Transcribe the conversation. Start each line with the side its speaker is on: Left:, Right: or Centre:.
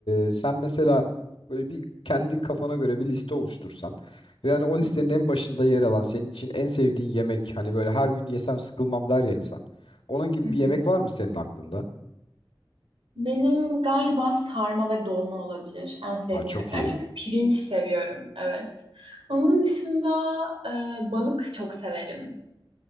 Left: e, sen mesela böyle bir kendi kafana göre bir liste oluştursan ve yani o listenin
Right: Hı hı.
Left: en başında yer alan senin için en sevdiğin yemek hani böyle her gün yesem sıkılmam der ya insan. Onun gibi
Right: Hı hı.
Left: bir yemek var mı senin aklında?
Right: Benim galiba sarma ve dolma olabilir en sevdiğim
Left: Aa, çok
Right: yemekler.
Left: iyi.
Right: Çünkü pirinç seviyorum, evet. Onun dışında e, balık çok severim.